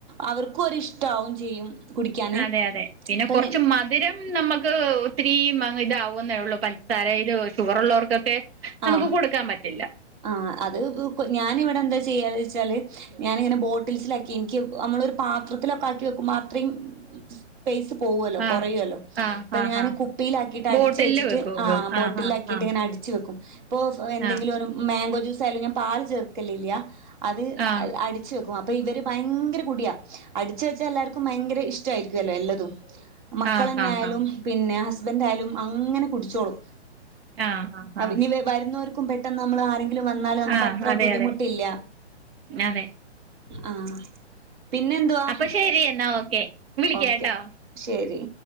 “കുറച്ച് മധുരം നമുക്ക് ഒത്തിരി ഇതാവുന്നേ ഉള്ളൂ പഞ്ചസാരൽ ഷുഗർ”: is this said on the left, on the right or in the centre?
Right